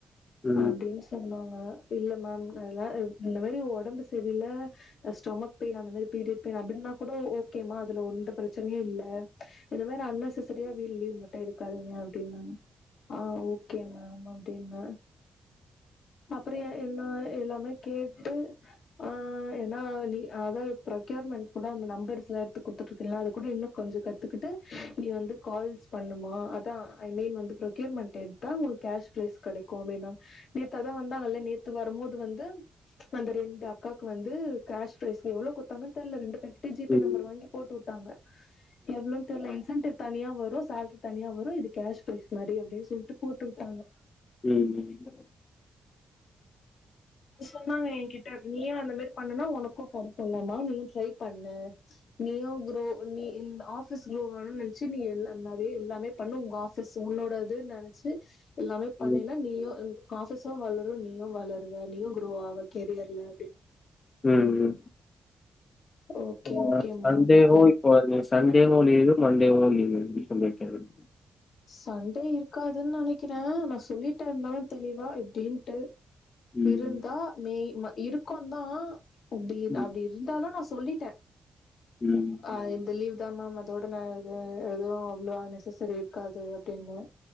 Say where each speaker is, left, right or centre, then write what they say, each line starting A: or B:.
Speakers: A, on the left; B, on the left.
A: ம் ம்
B: அப்டின்னு சொன்னாங்க சொன்னாங்க அப்டில்ல மேம் அதெல்ல இந்த மேரி ஒடம்பு செரில்ல ஸ்டொமக் பெயின் அந்த மாரி பீரியட் பெயின் அப்டின்னா கூடோ ஓகேம்மா அதுல ஒந்த பிரச்சனயும் இல்ல இது வேற அன்நெசசரியா வீ லீவ் மட்டும் எடுக்காதீங்க அப்டின்னாங்க ஆ ஓகே மேம் அப்டின்ன அப்பறம் என்னா எல்லாமே கேட்டு ஆ ஏன்னா நீ அத ப்ரக்யூர்மெண்ட் கூட அந்த நம்பர்ஸ்ல எடுத்து குத்துட்டு இருக்கீங்க அது கூட இன்னும் கொஞ்சோ கத்துக்கிட்டு நீ வந்து கால்ஸ் பண்ணுமா அதான் ஐ மீன் வந்து ப்ரக்யூர்மெண்டட் எடுத்தா உனக்கு கேஷ் ப்ரைஸ் கிடைக்கும் அப்டின்னா நேத்து அதான் வந்தாங்கல்ல நேத்து வரம்போது வந்து அந்த ரெண்டு அக்காக்கு வந்து கேஷ் பிரைஸ் எவ்ளோ குத்தாங்கன் தெர்ல ரெண்டு பேரு கிட் ட்ட ஜிபே
A: ம்
B: நம்பர் வாங்கி போட்டு உட்டாங்க எவ்ளோன் தெர்ல இன்சென்டிவ் தனியா வரும் சேல்ரி தனியா வரும் இது கேஷ் ப்ரைஸ் மாரி அப்டின் சொல்ட்டு போட்டுஉட்டாங்க
A: ம் ம் ம்
B: ஆ சோ சொன்னாங்க என்கிட்ட நீயும் அந்த மாரி பண்ணனா உனக்கும் கிடைக்கும் இல்ல மா நீயும் ட்ரை பண்ணு நீயு க்ரோ நி இந் ஆப் ஆபீஸ் க்ரோ அகனு நினைச்சு நீ ந நறையா எல்லாமே பண்ணு உங்க ஆபீஸ் உன்னோடதுன்னு நினைச்சு எல்லாமே
A: ம்
B: பண்ணீனா நீயும் ஆபீஸ் வளரும் நீயும் வள ருவ நீயும் குரோ ஆவ கெரியர்ல அப்டின்னா
A: ம்ம்
B: ஓகே
A: ஆ
B: ஓகே
A: சண்டேவோ
B: மேம் அப்டின்னு
A: இப்போ நீ சண்டேவோலீவு மண்டேவோலீவு எப்டி சொல்ல வைக்கிறது
B: சண்டே இருக்காதுன் நெனக்கிறேன் நா சொல்லிட்டே இருந்தாலும் தெளிவா இப்டின்ட்டு
A: ம்.
B: இருந்தா மே ய் இருக்கும் தான் அப்டி
A: ம்.
B: அப்டி இந்தாலும் நா சொல்லிட்டேன்
A: ம்.
B: ஆ இந்த லீவ் த மேம் அதோட ந ஆ எதுவும் அவ்ளோ அன்நெசசரி இருக்காது அப்டின்ன